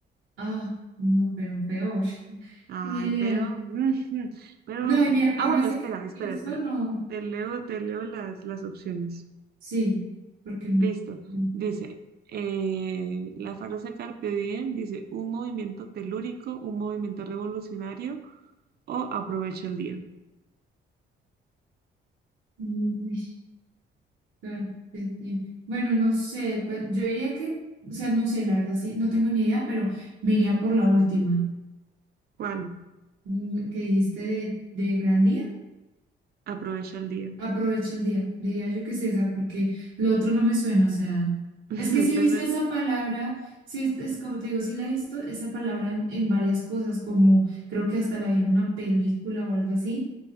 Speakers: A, on the right (about 80°); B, on the right (about 55°).
A: Ah, no, pero peor. <laughs>
B: Ay,
A: Ni idea.
B: pero, <laughs> pero,
A: No, y mira,
B: ah,
A: por
B: bueno,
A: más de
B: espera,
A: que
B: espera,
A: pienso,
B: espera.
A: no.
B: Te leo, te leo las, las opciones.
A: Sí, porque no.
B: Listo.
A: no,
B: Dice, eh, la frase Carpe Diem dice, un movimiento telúrico, un movimiento revolucionario o aprovecha el día.
A: mm, uy, carpe diem. Bueno, no sé, pues yo diría que, o sea, no sé, la verdad, sí, no tengo ni idea, pero me iría por la última,
B: ¿Cuál?
A: mm, la que dijiste de, de Gran Día.
B: Aprovecha el día.
A: Aprovecha el día, diría yo que es esa, porque lo otro no me suena, o sea,
B: <laughs>
A: es que sí
B: ¿Te
A: he visto
B: suena?
A: esa palabra, sí, es es como te digo, sí la he visto esa palabra en, en varias cosas, como creo que hasta la vi en una película o algo así,